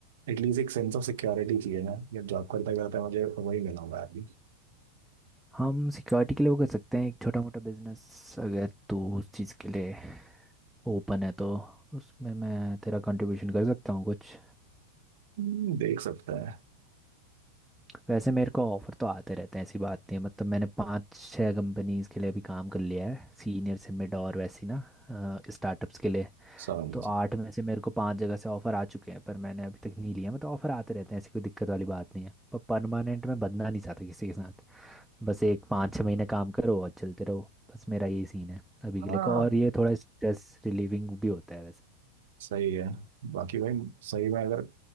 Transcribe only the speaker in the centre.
हम सिक्योरिटी के लिए वो कर सकते हैं एक छोटा मोटा बिजनेस अगर तू उस चीज़ के लिए ओपन है तो उसमें मैं तेरा कंट्रीब्यूशन कर सकता हूँ कुछ
वैसे मेरे को ऑफर तो आते रहते हैं ऐसी बात नहीं है मतलब मैंने पाँच छः कंपनीज के लिए अभी काम कर लिया है सीनियर से मिड और वैसी ना स्टार्टअप्स के लिए
तो आठ में से मेरे को पांच जगह से ऑफर आ चुके हैं पर मैंने अभी तक नहीं लिया मतलब ऑफर आते रहते हैं ऐसी कोई दिक्कत वाली बात नहीं है पर परमानेंट मैं बदना नहीं चाहता किसी के साथ बस एक पाँच छः महीने काम करो और चलते रहो बस मेरा यही सीन है अभी
के लिए को और ये थोड़ा स्ट्रेस रिलीविंग भी होता है वैसे